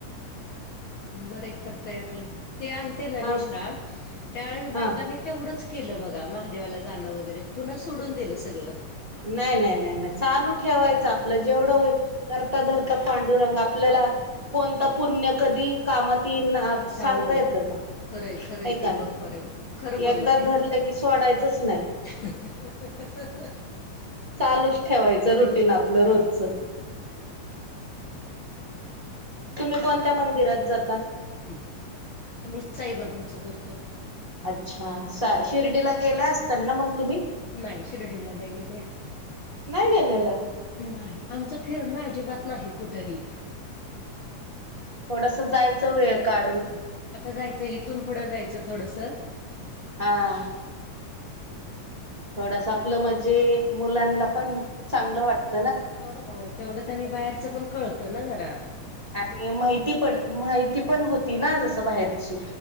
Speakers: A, on the left; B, on the right.
A: बरे करतय आपलं, ते आलते ना
B: हा
A: मिश्रा त्यावेळेस बायकांनी
B: हा
A: तेवढंच केलं बघा महादेवाला जाणं वगैरे, पुन्हा सोडून दिलं सगळं
B: नाही नाही नाही नाही चालू ठेवायचं आपलं जेवढं होईल करता धरता पांडुरंग आपल्याला कोणतं पुण्य कधी कामात इन
A: अच्छा,
B: सांगता
A: हो
B: येतं का?
A: खरंय खरंय
B: आहे
A: ते
B: का नाही
A: बरोबर आहे खरं बोलला
B: एकदा
A: ते.
B: धरलं की सोडायचंच नाही
A: <inaudible>
B: चालूच ठेवायचं रुटीन आपलं रोजच तुम्ही कोणत्या मंदिरात जाता?
A: हं आम्ही साईबाबांचं करतो.
B: अच्छा शिर्डीला गेला असचाल ना मग तुम्ही.
A: नाही शिर्डीला नाही गेले.
B: नाही गेलेला
A: नाही, आमचं फिरणं अजिबात नाही कुठेही.
B: थोडंसं जायचं वेळ काढून.
A: आता जायचं, इथून पुढं जायचं थोडस.
B: हा हा थोडस आपलं म्हणजे मुलांना पण चांगलं वाटत.
A: हो हो तेवढंच आणि बाहेरचं पण कळतं ना जरा.
B: आणि माहिती पण माहिती पण होती ना जसं बाहेरची.